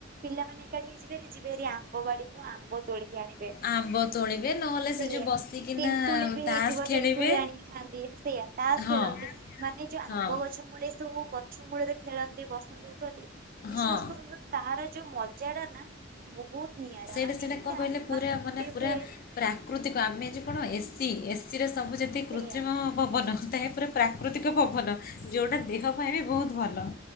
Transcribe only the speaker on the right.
ପିଲାମାନେେ ଏକାଠି ହେଇ ଯିବେ। ଯିବେହାରି ଆମ୍ବ ବାଡିକୁ ଆମ୍ବ ତୋଳିକି ଆଣିବେ
ସେଇଆ।
ତେନ୍ତୁଳି ବି ହେଇଥିବ
ତେନ୍ତୁଳି ଆଣିକି ଖାଆନ୍ତି ସେଇଆ। ତାସ
ଖେଳନ୍ତି ମାନେ ଯୋଉ ଆମ୍ବ
ଗଛ ମୂଳେ ଏ ସବୁ ଗଛ ମୂଳରେ ଖେଳନ୍ତି ବସନ୍ତି ଉଠନ୍ତି ବିଶ୍ୱାସ
କରନ୍ତୁ ତାର ଯୋଉ ମଜା ଟା ନା ବୋହୁତ ନିଆରା
ମାନେ
ଏତେ
ଆତ୍ମା
ତୃପ୍ତି
ହୁଏ।
ସେଇଆ